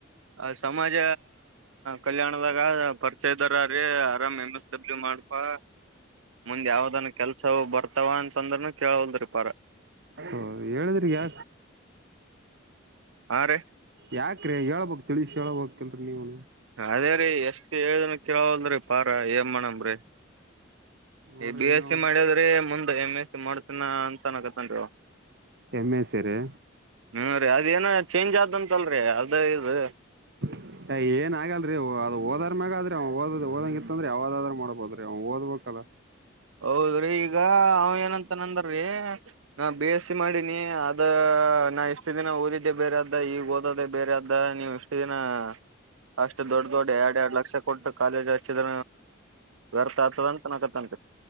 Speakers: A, on the right; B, on the right.
A: ಅ ಸಮಾಜ ಕಲ್ಯಾಣದಾಗ ಪರ್ ಇದ್ದಾರ ರೀ ಆರಾಮ್ ಎಮ್ ಎಸ್ ಡಬ್ಲ್ಯೂ ಮಾಡ್ಪಾ. ಮುಂದ್ ಯಾವ್ದನ್ ಕೆಲ್ಸವು ಬರ್ತಾವ ಅಂತಂದ್ರನು ಕೇಳಲ್ದ್ರಿ ಪರ.
B: ಹ ಹೇಳಿದ್ರಿ ಯಾ
A: ಹಾ ರೀ
B: ಯಾಕ್ರೆ ಹೇಳ್ಬಬೇಕ್ ತಿಳಿಸಿ ಹ ಹೇಳ್ಬಬೇಕಲ್ರಿ ನೀವು.
A: ಅದೇ ರೀ ಎಷ್ಟ್ ಹೇಳಏ್ದನ್ ಕೆಳವಲ್ದ್ರಿ ಪಾರ ಏನ್ ಮಾಡಣನ ಬಿಡಿ.
B: ನೋಡ್ರಿ
A: ಈ ಬಿ
B: ಏನೋ
A: ಎಸ್ ಸಿ ಮಾಡ್ಯದ್ರೆ ಮುಂದೆ ಎಮ್ ಎಸ್ ಸಿ ಮಾಡ್ತನ ಅಂತನಕತ್ತನ್ರಿವ.
B: ಎಮ್ ಎಸ್ಸಿ ರಿ.
A: ಹ್ಮ್ ರಿ ಅದೇಏನ ಚೇಂಜ್ ಆದಂತಲ್ರರಿ ಅದ ಇದು.
B: <inaudible> ಏನ್ ಆಗಲ್ರಿ ಅದು ಓದರ ಮ್ಯಾಗಾದ್ರಿ ಅವ್ ಓದ್ ಓದಂಗಿತ್ತಂದ್ರೆ ಯಾವದ್ರರು ಮಾಡ್ಬದ್ರಿ ಅವ್ ಓದಬೇಕಲ್ಲ.
A: ಹೌದ್ರಿ ಈಗ ಅವ ಏನಂತ ನಂದ್ರಿ. ನಾ ಬಿ ಎಸ್ ಸಿ ಮಾಡಿನಿ ಅದ ನಾ ಎಷ್ಟು ದಿನ ಓದಿದ್ದೆ ಬೇರೆ ಅದ ಈಗ ಓದದೇ ಬೇರೆ ಅದ್ದ ನೀವುಷ್ಟ. ದಿನ ಅಷ್ಟು ದೊಡ್ಡ ದೊಡ್ ಎರಡ್ ಎರಡು ಲಕ್ಷ. ಕೊಟ್ಟು ಕಾಲೇಜ್ ಹಷ್ಟಿದ ವ್ಯರ್ಥ ಆಗ್ತದ ಅಂತ ಅನಕತ್ ಅನ್ಪತಿ.